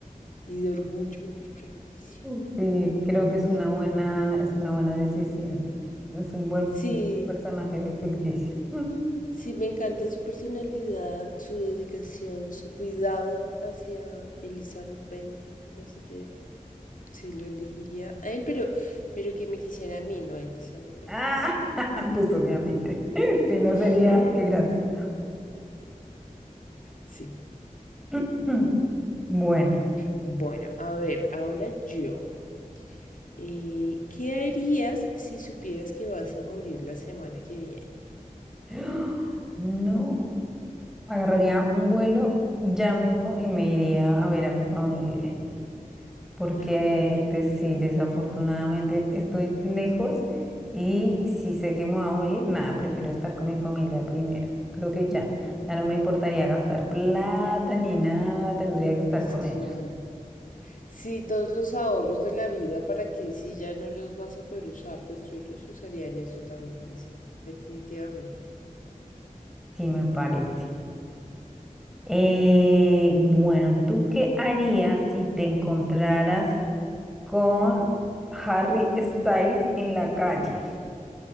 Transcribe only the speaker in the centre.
Mm. Sí, creo que es
una buena, es una buena decisión. Es un buen,
buen personaje ficticio. Mm.
Ah, <laughs> pues obviamente. <laughs> Si no
sería, qué gracia.
<clears throat> Bueno,
<gasps> no, agarraría un vuelo ya mismo y me iría a ver a mi familia. porque
de- sí, desafortunadamente estoy lejos y si sé que me voy a morir, nada, prefiero estar con mi familia primero. Creo que ya, ya no me importaría gastar plata ni nada, tendría que estar
con
ellos.
Sí, me parece. Eh, bueno, ¿tú qué harías si te encontraras con Harry Styles en la calle?